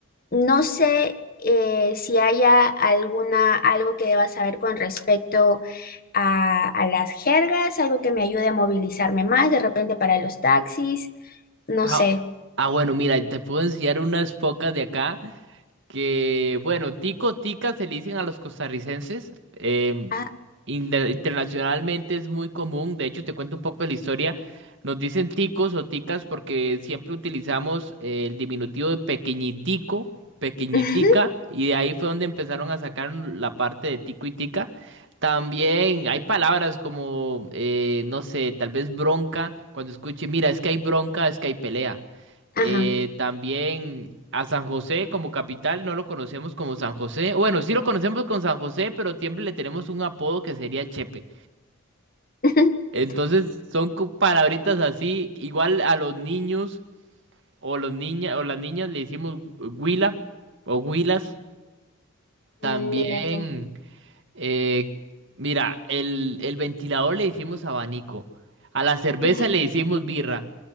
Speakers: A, on the left; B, on the right.
A: no sé eh, si haya alguna, algo que deba saber con respecto a, a las jergas, algo que me ayude a movilizarme más, de repente para los taxis, no
B: Ah,
A: sé.
B: ah, bueno, mira, te puedo enseñar unas pocas de acá. que, bueno, tico, tica se le dicen a los costarricenses. em,
A: Ah,
B: inter- internacionalmente es muy común. De hecho, te cuento un poco de la historia. Nos dicen ticos o ticas porque siempre utilizamos eh, el diminutivo de pequeñitico, pequeñitica,
A: <laughs>
B: y de ahí fue donde empezaron a sacar la parte de tico y tica. También hay palabras como, eh, no sé, tal vez bronca, cuando escuche, mira, es que hay bronca, es que hay pelea.
A: ajá.
B: Eh, también a San José como capital no lo conocemos como San José. Bueno, sí lo conocemos con San José, pero siempre le tenemos un apodo que sería Chepe.
A: <laughs>
B: Entonces son co- palabritas así. Igual a los niños o los niñas o las niñas le decimos gu- huila o huilas. También.
A: Mira tú.
B: Eh, mira, el, el ventilador le hicimos abanico, a la cerveza
A: <laughs>
B: le hicimos birra,